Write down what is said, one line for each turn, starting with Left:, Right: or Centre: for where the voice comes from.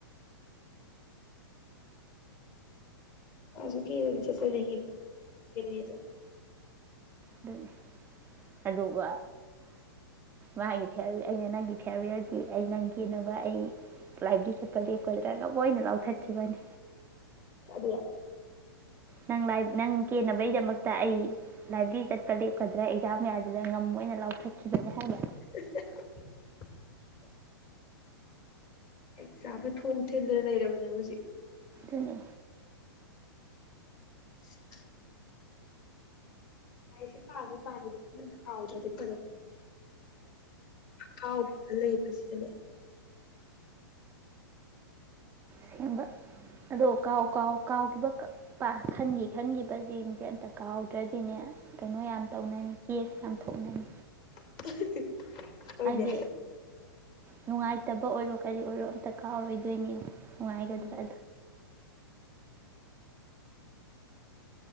Left: ꯑꯁꯨ ꯀꯁ ꯆ ꯐꯤꯌꯥꯔ ꯌꯦ
Right: ꯑꯗꯨꯅꯤ ꯑꯗꯨꯒ ꯃꯥꯒꯤ ꯐ ꯑꯩꯅ ꯅꯪꯒꯤ ꯐꯤꯌꯥꯔꯋꯦꯌꯔꯗꯤ ꯑꯩ ꯅꯪ ꯀꯦꯟꯅꯅꯕ ꯑꯩ ꯂꯥꯏꯕ꯭ꯔꯦꯔꯤ ꯆꯠꯄ ꯂꯦꯞꯀꯗ꯭ꯔꯒ ꯂꯣꯏꯅ ꯂꯥꯎꯊꯠꯈꯤꯕꯅꯤ
Left: ꯑ
Right: ꯅꯪ ꯂꯥꯏ ꯅꯪ ꯍꯦꯟꯅꯕꯩꯗꯃꯛꯇ ꯑꯩ ꯂꯥꯏꯕ꯭ꯔꯦꯔꯤ ꯆꯠꯄ ꯂꯦꯞꯀꯗ꯭ꯔꯥ ꯑꯦꯛꯖꯥꯝ ꯃꯌꯥꯝꯁꯤꯗ ꯉꯝꯣꯏ ꯑꯣꯏꯅ ꯂꯥꯎꯊꯠꯈꯤꯕꯅꯦ ꯍꯥꯏꯕ
Left: <unintelligible> ꯑꯦ ꯆꯥꯕ ꯊꯣꯡ ꯊꯤꯟꯗꯅ ꯂꯩꯔꯕꯅꯦꯕ ꯍꯧꯖꯤꯛ
Right: ꯑꯗꯨꯅꯤ
Left: <unintelligible> ꯑꯩꯁꯦ ꯄꯥꯒ ꯄꯥꯈꯤꯕꯁꯤꯅ ꯍꯥꯎꯗ꯭ꯔꯗꯤ ꯐꯔꯛꯄ ꯑꯀꯥꯎꯕ ꯑꯃ ꯂꯩꯕꯁꯤꯗꯅꯦ
Right: ꯁꯦꯝꯕ ꯑꯗꯣ ꯀꯥꯎ ꯀꯥꯎ ꯀꯥꯎꯈꯤꯕ ꯀꯄ ꯈꯟꯈꯤ ꯈꯟꯈꯤꯕꯁꯤꯡꯁꯦ ꯑꯝꯇ ꯀꯥꯎꯗ꯭ꯔꯗꯤꯅꯦ ꯀꯩꯅꯣ ꯌꯥꯝ ꯇꯧꯅꯅꯤ ꯀꯦꯁ ꯌꯥꯝ ꯊꯣꯛꯅꯅꯤ
Left: <unintelligible> ꯍꯣꯏꯅꯦ
Right: ꯍꯥꯏꯗꯤ ꯅꯨꯡꯉꯥꯏ ꯐꯠꯇꯕ ꯑꯣꯏꯔꯣ ꯀꯔꯤ ꯑꯣꯏꯔꯣ ꯑꯝꯇ ꯀꯥꯔ ꯑꯣꯏꯗꯣꯏꯅꯤ ꯎ ꯍꯥꯏꯒꯗ꯭ꯔꯦ
Left: ꯎꯝ
Right: ꯑꯗꯨ